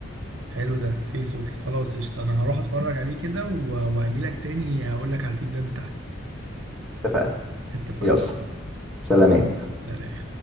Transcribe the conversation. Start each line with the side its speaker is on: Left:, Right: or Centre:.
Right: حلو ده فيس اوف خلاص قشطة انا هروح اتفرج عليه كده و- واجيلك تاني اقول لك على الفيدباك بتاعي
Centre: اتفقنا
Right: اتفقنا
Centre: يلا سلامات
Right: سلام